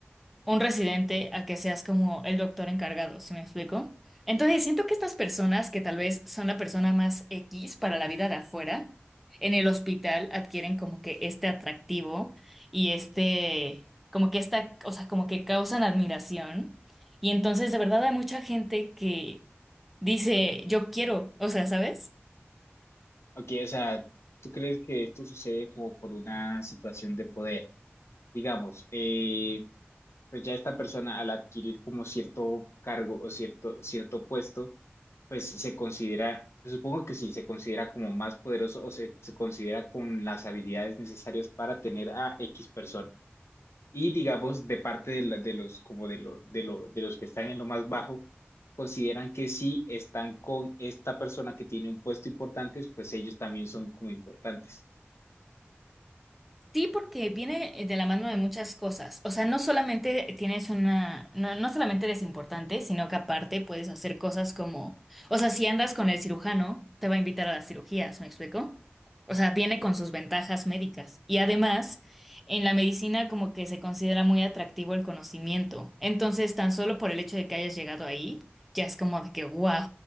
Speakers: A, in the centre; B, on the left.
A: un residente a que seas como el doctor encargado, ¿sí me explico? Entonces, siento que estas personas que tal vez son la persona más X para la vida de afuera, en el hospital adquieren como que este atractivo y este, como que esta, o sea, como que causan admiración. Y entonces, de verdad, hay mucha gente que dice, yo quiero, o sea, ¿sabes?
B: ok, o sea, ¿tú crees que esto sucede como por una situación de poder? Digamos, eh, pues ya esta persona al adquirir como cierto cargo o cierto, cierto puesto, pues se considera, pues, supongo que sí, se considera como más poderoso o se, se considera con las habilidades necesarias para tener a X persona. Y digamos, de parte de, la- de los, como de, lo, de, lo, de los que están en lo más bajo, consideran que si están con esta persona que tiene un puesto importante, pues ellos también son como importantes.
A: Sí, porque viene eh, de la mano de muchas cosas. O sea, no solamente tienes una, no, no solamente eres importante, sino que aparte puedes hacer cosas como, o sea, si andas con el cirujano, te va a invitar a las cirugías, ¿me explico? O sea, viene con sus ventajas médicas. Y además, en la medicina como que se considera muy atractivo el conocimiento. Entonces, tan solo por el hecho de que hayas llegado ahí, ya es como de que, wow.